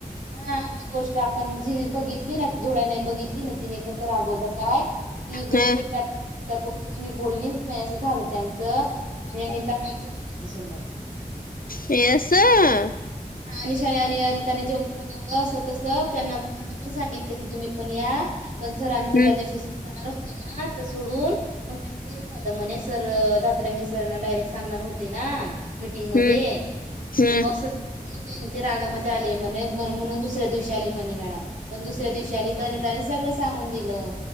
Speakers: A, on the right (about 60°); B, on the left (about 70°).
A: हा, ती गोष्ट आपण जी बघितली ना डोळ्याने बघितली ना, तिने कसं रागवलं काय. ती गोष्ट
B: हम्म
A: त्यात त्या बोलते की मी बोललीच नाही, असं झालं त्यां आणि अनिता वाईट झाली त्यांच्या समोर. <unintelligible>
B: असं
A: आणि अनिताने जेवण बनव म स्वतः सर त्यांना, त्यांना पण सांगितलं की तुम्ही पण या, पण सरांच
B: हम्म
A: त्या दिवशी जाणार होते. ना तर सोडून, मग त्यांच हे झालं म्हणे, सर दातरंगी सरांना डायरेक्ट सांगणार होते ना. मीटिंगमध्ये,
B: हम्म हम्म
A: तर मग सर, म्हणून रागामध्ये आले म्हणे, म्हणून दुसऱ्या दिवशी आली म्हणे मॅडम, पण दुसऱ्या दिवशी आली तर अनिताने सगळं सांगून दिलं.